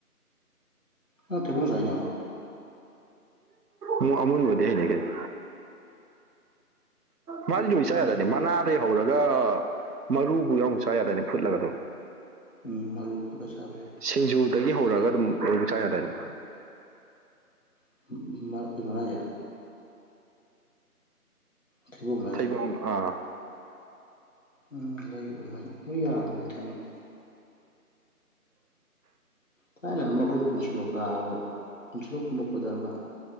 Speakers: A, on the left; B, on the right.
A: ꯅꯪ ꯊꯩꯕꯣꯡꯖꯦ ꯍꯩꯅꯕꯔꯣ
B: ꯑꯃꯨ ꯑꯃꯨꯟꯕꯗꯤ ꯍꯩꯅꯩ ꯀꯩꯅꯣ ꯃꯥꯗꯤ ꯂꯣꯏ
A: ꯃꯊꯪ
B: ꯆꯥ ꯌꯥꯗꯏꯅꯦ
A: ꯄꯤꯔꯛꯄꯗ
B: ꯃꯅꯥꯗꯩ ꯍꯧꯔꯒ ꯃꯔꯨꯕꯨ ꯌꯥꯎꯅ ꯆꯥ ꯌꯥꯗꯏꯅꯦ ꯐꯨꯠꯂꯒ ꯑꯗꯨꯝ
A: ꯎꯝ ꯃꯔꯨ ꯐꯨꯠꯂ ꯆꯕꯌꯥꯏ
B: ꯁꯤꯡꯖꯨꯗꯒꯤ ꯍꯧꯔꯒ ꯑꯗꯨꯝ ꯂꯣꯏꯅ ꯆꯥ ꯌꯥꯗꯥꯏꯅꯦ
A: <unintelligible> ꯊꯩꯕꯣꯡ <unintelligible>
B: ꯊꯩꯕꯣꯡ ꯑꯥ
A: ꯎꯝ ꯂꯩꯕ ꯑꯃꯥꯏ ꯂꯣꯏ ꯌꯥꯕ <unintelligible> ꯊꯥꯏꯅ ꯑꯃ ꯑꯩꯈꯣꯏꯅ ꯄꯨꯟꯁꯤꯂꯣꯛ ꯀꯥꯕꯗ ꯄꯨꯟꯁꯤꯂꯣꯛ ꯀꯨꯝꯃꯛꯄꯗ ꯑꯃ